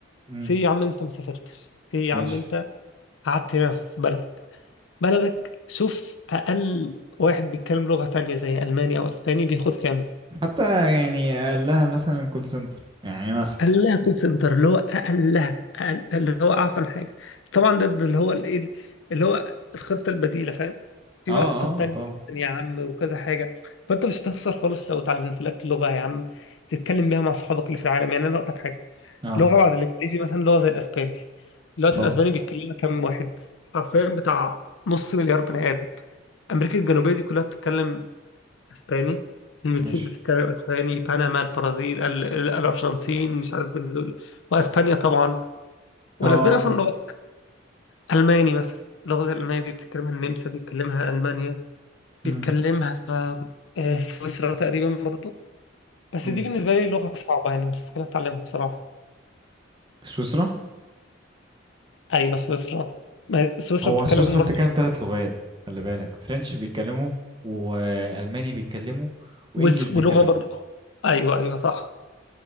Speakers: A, on the right; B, on the left.
A: امم
B: سي يا عم أنت ما سافرتش سي يا
A: ماشي
B: عم أنت قعدت هنا في بلدك بلدك شوف أقل واحد بيتكلم لغة تانية زي ألماني أو أسباني بياخد كام
A: حتى يعني قال لها مثلا كول سنتر يعني مثلا
B: اقلها كول سنتر اللي هو اقلها أقل اللي هو اعفن حاجه طبعا ده, ده اللي هو الايه اللي هو الخطه البديله فاهم في
A: اه
B: بقى خطط تانية
A: اه طبعا
B: يا عم وكذا حاجه فانت مش هتخسر خالص لو اتعلمت لك لغه يا عم تتكلم بيها مع صحابك اللي في العالم يعني انا اقول لك حاجه
A: اه
B: لغه بعد الانجليزي مثلا لغه زي الاسباني دلوقتي
A: اه
B: الاسباني بيتكلمها كام واحد حرفيا بتاع نص مليار بني ادم امريكا الجنوبيه دي كلها بتتكلم اسباني المكسيك
A: ماشي
B: بتتكلم اسباني بنما البرازيل ال- ال- الارجنتين مش عارف فنزويلا واسبانيا طبعا والاسباني
A: اه اه
B: اصلا لغه الماني مثلا اللغه زي الالمانيه دي بتتكلمها النمسا بيتكلمها المانيا بيتكلمها
A: امم
B: آه، آه، سويسرا تقريبا برضو بس
A: امم
B: دي بالنسبه لي لغه صعبه يعني مستحيل اتعلمها بصراحه
A: سويسرا
B: ايوه سويسرا ما هي سويسرا
A: هو
B: بتتكلم
A: سويسرا
B: برضو
A: بتتكلم ثلاث لغات خلي بالك فرنش بيتكلموا والماني بيتكلموا وانجليش
B: وس-
A: بيتكلموا
B: ولغه برضو ايوه ايوه صح